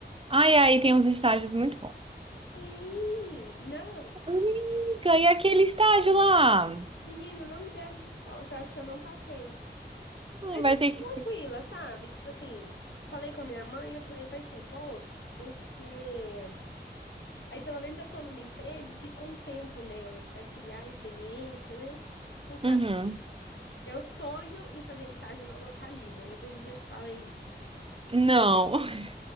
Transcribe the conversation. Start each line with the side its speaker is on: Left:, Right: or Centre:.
Right: Ai, aí tem uns estágios muito bons.
Left: Sim, não,
Right: Amiga, e aquele estágio lá?
Left: menina, não me deram resposta. Eu acho que eu não passei.
Right: Ah,
Left: Mas
Right: Vai
Left: eu
Right: ter
Left: tô tranquila,
Right: que.
Left: sabe? Tipo assim, falei com a minha mãe, eu falei, vai ser bom, porque aí pelo menos eu tô numa empresa e fico um tempo nela pra criar experiência, né? Quem sabe
Right: Uhum.
Left: Eu sonho em fazer estágio na Localiza. Eu não sei se eu já te falei isso.
Right: Não. <laughs>